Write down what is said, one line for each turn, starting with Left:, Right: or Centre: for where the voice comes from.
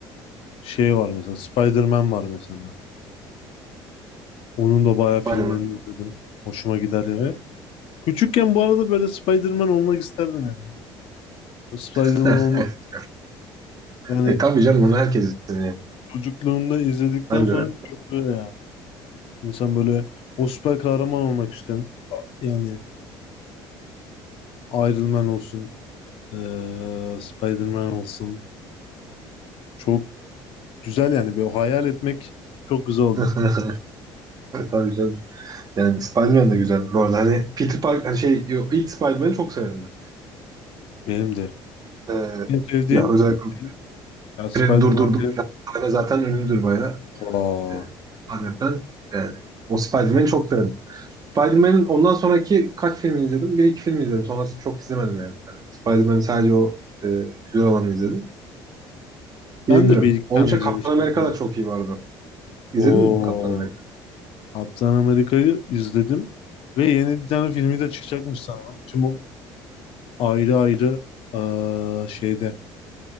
Left: şey var mesela Spider-Man var mesela. Onun da bayağı filmlerini
Right: Aynen.
Left: izledim. Hoşuma gider ya. Küçükken bu arada böyle Spider-Man olmak isterdim yani. Spider-Man
Right: <laughs>
Left: olmak yani
Right: E tabii canım onu herkes istemiyor.
Left: çocukluğunda izledikten
Right: Ben
Left: sonra
Right: de öyle.
Left: şey oluyor yani. İnsan böyle o süper kahraman olmak isteyen yani Iron Man olsun, eee Spider-Man olsun. Çok güzel yani bir hayal etmek çok güzel oluyor.
Right: <laughs> E, tabii canım. Yani Spider-Man de güzel. Bu arada hani Peter Park hani şey yo- ilk Spider-Man'i çok severim ben.
Left: Benim de.
Right: Ee,
Left: En sevdiğim
Right: ya özellikle
Left: film yani Spider-Man
Right: Treni durdurduğu
Left: film.
Right: falan sahne zaten ünlüdür bayağı.
Left: Aa,
Right: E, sahneden. Yani o Spider-Man'i çok severim. Spider-Man'in ondan sonraki kaç filmini izledim? Bir iki film izledim. Sonrası çok izlemedim yani. Hani Spider-Man'in sadece o e, güzel olanı izledim. Diyebilirim.
Left: ben de bir iki
Right: Onun
Left: tane
Right: için
Left: izlemişim
Right: Kaptan Amerika
Left: bir de.
Right: da çok iyi vardı. İzledin
Left: Oo,
Right: mi Kaptan Amerika?
Left: Kaptan Amerika'yı izledim ve yeni bir tane filmi de çıkacakmış sanırım. Tüm o ayrı ayrı eee, şeyde